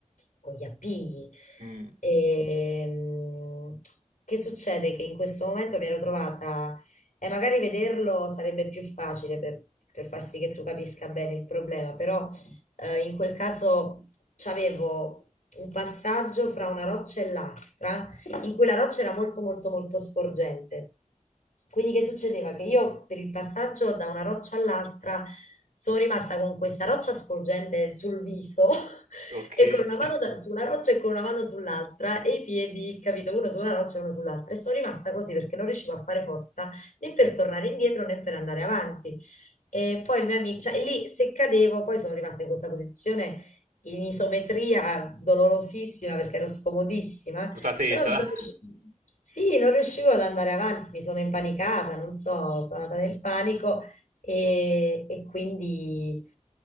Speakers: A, on the left; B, on the right.
A: con gli appigli.
B: Mm,
A: Ehm, che succede? Che in questo momento mi ero trovata, e magari vederlo sarebbe più facile per, per far sì che tu capisca bene il problema, però eh, in quel caso c'avevo un passaggio fra una roccia e l'altra in cui la roccia era molto molto molto sporgente. Quindi che succedeva? Che io per il passaggio da una roccia all'altra sono rimasta con questa roccia sporgente sul viso <laughs>
B: ok.
A: e con una mano
B: <laughs>
A: da- su una roccia e con una mano sull'altra e i piedi, capito, uno su una roccia e uno sull'altra. E sono rimasta così perché non riuscivo a fare forza né per tornare indietro né per andare avanti. E poi il mio amico, cioè lì se cadevo, poi sono rimasta in questa posizione in isometria dolorosissima perché ero scomodissima
B: Tutta tesa.
A: però non
B: <laughs>
A: riuscivo, sì, non riuscivo ad andare avanti, mi sono impanicata, non so, sono andata nel panico e, e quindi